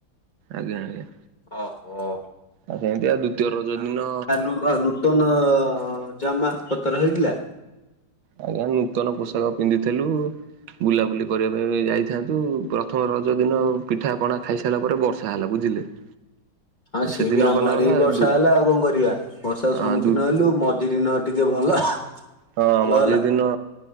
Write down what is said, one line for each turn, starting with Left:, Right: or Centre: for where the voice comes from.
Right: ଆଜ୍ଞା ଆଜ୍ଞା।
Left: ଓହୋ।
Right: ଆଉ ହେନ୍ତି ଆଉ ଦ୍ଵିତୀୟ ରଜ ଦିନ
Left: ହ <inaudible> ତନ ଜାମା ପତର ହେଇଥିଲା?
Right: ଆଜ୍ଞା ନୂତନ ପୋଷାକ ପିନ୍ଧିଥେଲୁ। ବୁଲାବୁଲି କରିବା ପାଇଁ ଯାଇଥାନ୍ତୁ ପ୍ରଥମ ରଜ ଦିନ ପିଠା ପଣା ଖାଇସାରିଲା ପରେ ବର୍ଷା ହେଲା ବୁଝିଲେ? <inaudible>
Left: ହଁ ସିଏ
Right: ସେଦିନ
Left: ବି ଆମ
Right: ଗଲା
Left: ଆଡେ
Right: ଗଲା
Left: ବି ବର୍ଷା
Right: ଦୁ
Left: ହେଲା। ଆଉ କଣ କରିବା। ବର୍ଷାର
Right: ହଁ
Left: ସମ୍ମୁଖୀନ
Right: ଦୁ
Left: ହେଲୁ। ମଝିଦିନ ଟିକେ ଭଲ।
Right: ହଁ,
Left: ଭଲ
Right: ମଝି
Left: ହେଲା
Right: ଦିନ।